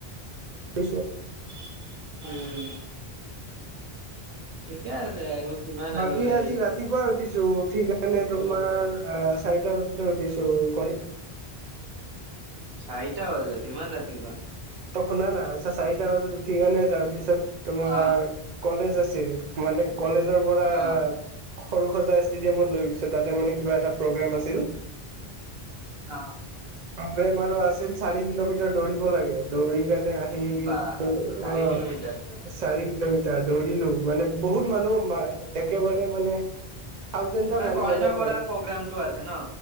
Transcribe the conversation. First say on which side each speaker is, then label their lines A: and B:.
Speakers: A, on the right; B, on the right.
A: <unintelligible>
B: উম ঠিকে আছে আৰু কিমান
A: বাকী
B: আৰু
A: আজি
B: এই
A: ৰাতিপুৱাই উঠিছো ঠিক কাৰণে তোমাৰ চাৰিটা বজি উঠিছোঁ কনি <inaudible>
B: চাৰিটা বজাত ইমান ৰাতিপুৱা
A: ত শুনা নাই আচ্ছা চাৰিটা বজাত উঠি কেনে তাৰপিছত তোমাৰ
B: অ
A: কলেজ আছে আছিল মানে কলেজৰ পৰা
B: অ
A: সৰু সজা ষ্টেডিয়ামত লৈ গৈছে তাতে মানে কিবা এটা প্ৰগ্ৰেম আছিল।
B: হা
A: প্ৰগেম আৰু আছিল চাৰি কিলোমিটাৰ দৌৰিব লাগে দৌৰি কিমানে আহি
B: বা
A: দৌৰ
B: চাৰি
A: অ
B: কিলোমিটাৰ
A: চাৰি কিলোমিটাৰ দৌৰ দিলো মানে বহুত মানুহ একেবাৰে মানে থাউজেণ্ডটা
B: কলেজৰ
A: মানে একেলগে
B: পৰা প্ৰগ্ৰামটো আছে ন